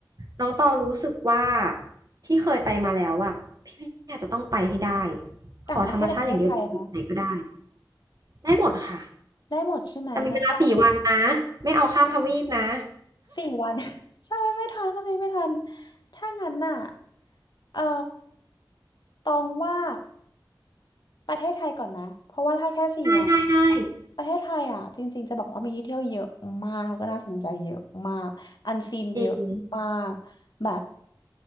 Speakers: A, on the right; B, on the left.
A: น้องตองรู้สึกว่าที่เคยไปมาแล้วอะพี่อาจจะต้องไปให้ได้
B: ต่างประเทศหรือประเทศไทยคะ
A: ขอธรรมชาติอย่างเดียวอยู่ไหนก็ได้ได้หมดค่ะ
B: ได้หมดใช่ไหมงั้นต้องอ่ะ
A: แต่มีเวลาสี่วันนะไม่เอาข้ามทวีปนะ
B: สี่วัน <laughs> ใช่ไหมไม่ทันก็เลยไม่ทันถ้างั้นน่ะเอ่อตองว่า ประเทศไทยก่อนไหมเพราะว่าถ้าแค่สี่วันอะ
A: ได้ได้ได้
B: ประเทศไทยอะจริงๆจะบอกว่ามีที่เที่ยวเยอะมากแล้วก็น่าสนใจเยอะมากอันซีนเยอะมาก
A: จริง
B: แบบ